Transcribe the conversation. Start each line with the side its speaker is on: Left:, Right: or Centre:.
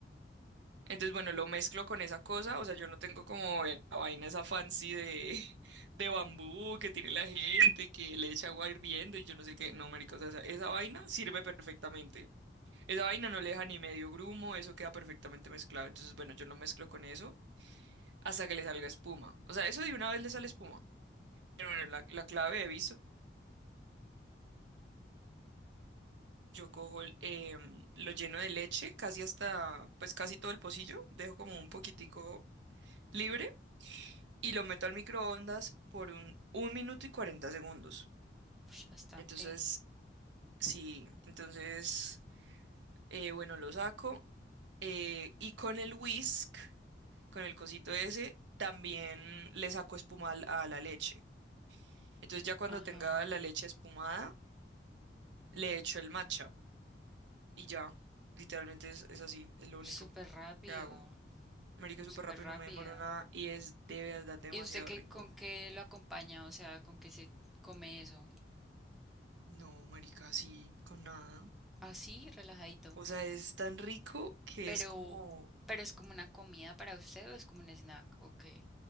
Right: Entonces, bueno, lo mezclo con esa cosa, o sea, yo no tengo como e, la vaina esa fancy de, <laughs> de bambú que tiene la gente, que le echa agua hirviendo y yo no sé qué, no, marica, o sea, esa, esa vaina sirve perfectamente. Esa vaina no le deja ni medio grumo, eso queda perfectamente mezclado. Entonces, bueno, yo lo mezclo con eso hasta que le salga espuma. O sea, eso de una vez le sale espuma. Pero bueno, la, la clave he visto, yo cojo el, em, lo lleno de leche, casi hasta, pues casi todo el pocillo, dejo como un poquitico libre y lo meto al microondas por un, un minuto y 40 segundos.
Centre: Ush, bastante.
Right: Entonces, sí, entonces, eh, bueno, lo saco. eh, y con el whisk, con el cosito ese, también le saco espuma al- a la leche. Entonces ya cuando
Centre: Ajá.
Right: tenga la leche espumada, le echo el matcha y ya, literalmente es, es así, es lo único
Centre: Súper rápido.
Right: que hago. Marica, es
Centre: Súper
Right: súper rápido,
Centre: rápido.
Right: no me demoro nada y es de verdad demasiado
Centre: ¿Y usted qué,
Right: rico.
Centre: con qué lo acompaña? O sea, ¿con qué se come eso?
Right: No, marica, sí, con nada.
Centre: Así, relajadito.
Right: O sea, es tan rico que
Centre: Pero,
Right: es como,
Centre: pero es como una comida para usted o es como un snack, ¿o qué?